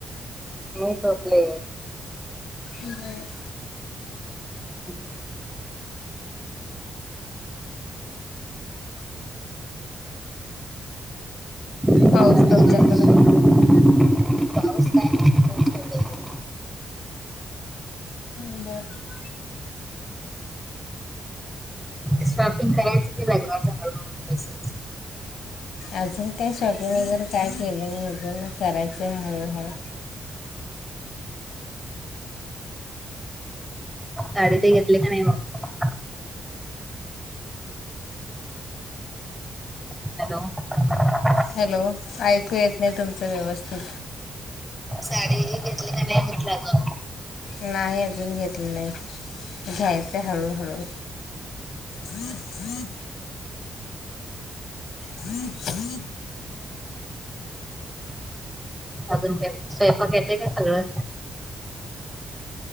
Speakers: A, in the centre; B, on the left.
A: मी झोपले
B: इंग्रेड
A: हम्. <inaudible>
B: पाऊस तुमच्याकडं
A: नाही.
B: नबर <inaudible>
A: शॉपिंग करायचं क लग्नाचं हळूहळू तसच.
B: अजून काय शॉपिंग वगैरे काय केलं नाही अजून करायचं हळूहळू.
A: साडे ते घेतले का नाही मग? हॅलो..
B: हॅलो ऐकू येत नाही तुमचं व्यवस्थित.
A: साडी घेतली का नाही म्हटलं अजून.
B: नाही अजून घेतले नाही घ्यायचं हळूहळू. हम हमम,, हम् हम्म <inaudible>
A: अजून का स्वयंपाक येतय का सगळं.